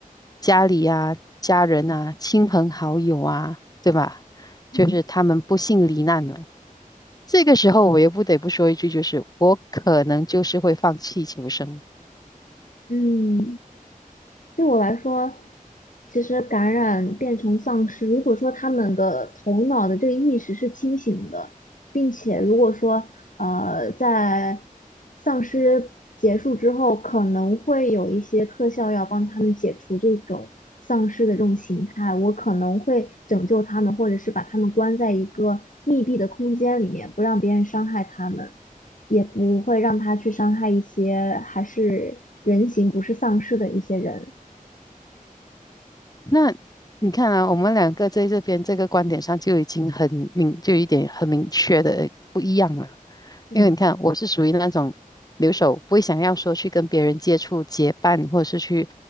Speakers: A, on the left; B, on the left.
A: 家里啊、家人啊、亲朋好友啊，对吧？
B: 嗯，
A: 就是他们不幸罹难了，这个时候我也不得不说一句，就是我可能就是会放弃求生。
B: 嗯，对我来说，其实感染变成丧尸，如果说他们的头脑的这个意识是清醒的，并且如果说呃在丧尸结束之后，可能会有一些特效药帮他们解除这种丧尸的这种形态，我可能会拯救他们，或者是把他们关在一个密闭的空间里面，不让别人伤害他们。也不会让他去伤害一些还是人形不是丧尸的一些人。
A: 那你看啊，我们两个在这边这个观点上就已经很明，就有一点很明确的不一样了。
B: 嗯
A: 因为你看，我是属于那种留守，不会想要说去跟别人接触、结伴，或者是去，